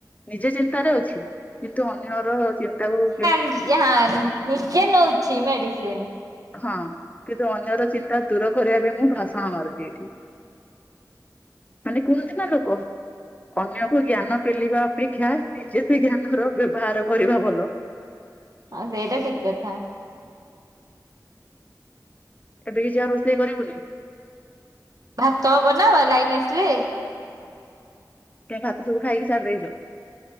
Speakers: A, on the left; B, on the right.
A: ନିଜେ ଚିନ୍ତାରେ ଅ ଛି କିନ୍ତୁ ଅନ୍ୟର ଚିନ୍ତାକୁ କେମ
B: ଏହା ନିଜେ ନଉଛି ମେଡିସିନ୍।
A: ହଁ କିନ୍ତୁ ଅନ୍ୟର ଚିନ୍ତା ଦୂର କରିବା ପାଇଁ ମୁଁ ଭାଷଣ ମାରୁଛି ଏଠି। ମାନେ କୁହନ୍ତି ନା ଲୋକ ଅନ୍ୟକୁ ଜ୍ଞାନ ପେଲିବା ଅପେକ୍ଷା ନିଜେ ସେ ଜ୍ଞାନର ବ୍ୟବହାର କରିବା ଭଲ‌।
B: ହଁ ସେଇଟା ଠିକ କଥା।
A: ଏବେ କିଛି ଆଉ ରୋଷେଇ କରିବୁନି?
B: ଭାତ ହବ ନା ଲାଇନ ଆସିଲେ।
A: କାଇଁ ଭାତ ସବୁ ଖାଇକି ସାରି ଦେଇଚ?